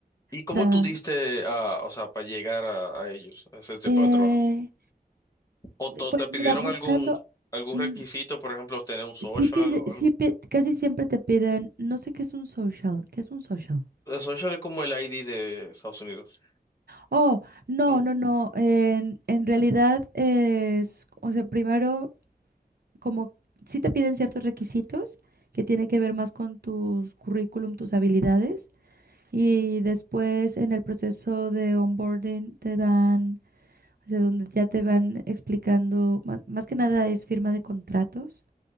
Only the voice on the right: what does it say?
Tra-
eh,
pues
mira,
buscando,
mm,
sí pide-
sí
pi- casi siempre te piden, no sé qué es un social, ¿qué es un social?
Oh, no,
no, no, en, en realidad es, o sea, primero, como sí te piden ciertos requisitos que tiene que ver más con tus currículum, tus habilidades, y después en el proceso de onboarding te dan o sea, donde ya te van explicando, ma- más, que nada es firma de contratos